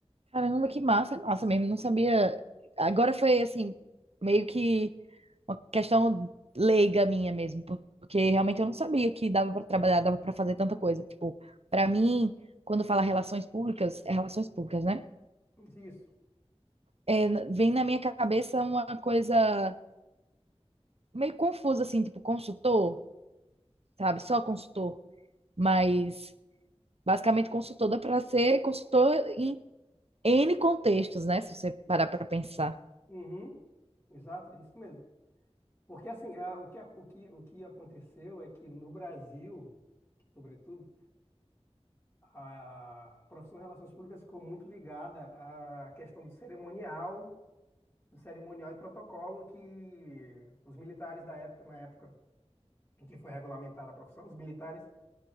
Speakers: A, on the right; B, on the left.
A: Caramba, que massa, massa mesmo, não sabia. Agora foi assim, meio que uma questão leiga minha mesmo, porque realmente eu não sabia que dava para trabalhar, dava para fazer tanta coisa. Tipo, para mim, quando fala relações públicas, é relações públicas, né?
B: Isso.
A: É, n- vem na minha cabeça uma coisa meio confusa assim, tipo consultor, sabe? Só consultor, mas basicamente consultor dá para ser consultor em N contextos, né? Se você parar para pensar.
B: Uhum, exato, é isso mesmo. Porque assim, a- o que, a- o que, o que aconteceu é que no Brasil, sobretudo, a profissão de relações públicas ficou muito ligada à questão do cerimonial, do cerimonial e protocolo que os militares da época, na época em que foi regulamentada a profissão, os militares